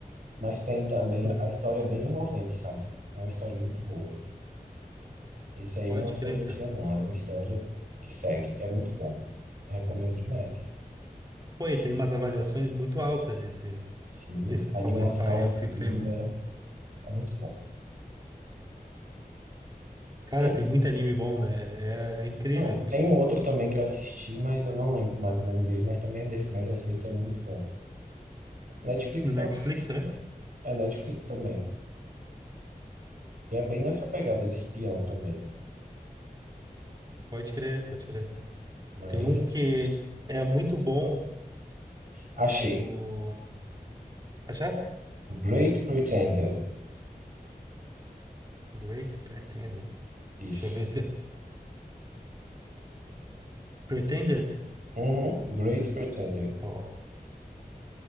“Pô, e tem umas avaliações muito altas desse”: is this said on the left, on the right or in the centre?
Right